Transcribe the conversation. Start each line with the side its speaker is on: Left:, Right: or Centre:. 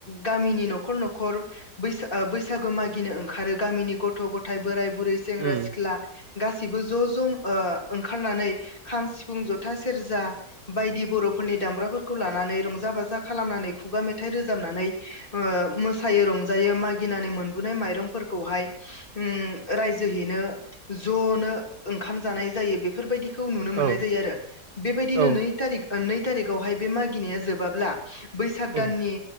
Left: गामिनि न'खर न'खर बैसाख ओ बैसागु मागिनो ओंखारो गामिनि गथ'-गथाय, बोराय-बुरै, सेंग्रा
Right: उम
Left: सिख्ला गासै गासिबो ज' ज' ओ ओंखारनानै खाम सिफुं जथा सेरजा बायदि बर'फोरनि दामग्राफोरखौ लानानै रंजा बाजा खालामनानै खुगा मेथाइ रोजाबनानै ओ मोसायो रंजायो मागिनानै मोनबोनाय माइरंफोरखौहाय उम रायजोहैनो ज' नो ओंखाम जानाय जायो बेफोरबायदि खौ नुनो मोननाय
Right: औ
Left: जायो आरो बेबायदिनो
Right: उम औ
Left: नै थारिख नै थारिखावहाय बे मागिनाया जोबाब्ला बैसाग
Right: उम
Left: दाननि
Right: औ